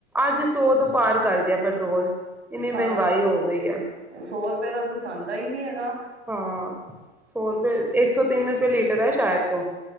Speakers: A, in the centre; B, on the right (about 70°).
A: ਅੱਜ ਸੌ ਤੋਂ ਪਾਰ ਕਰ ਗਿਆ ਪੈਟਰੋਲ ਇੰਨੀ ਮਹਿੰਗਾਈ
B: ਹਾਂ
A: ਹੋ ਗਈ ਹੈ।
B: ਸੌ ਰੁਪਏ ਦਾ ਕੁਛ ਆਉਂਦਾ ਹੀ ਨਹੀਂ ਹੈਗਾ ਹੈ।
A: ਹਾਂ ਸੌ ਰੁਪਏ ਇੱਕ ਸੌ ਤਿੰਨ ਰੁਪਏ ਲੀਟਰ ਹੈ ਸ਼ਹਿਰ ਤੋਂ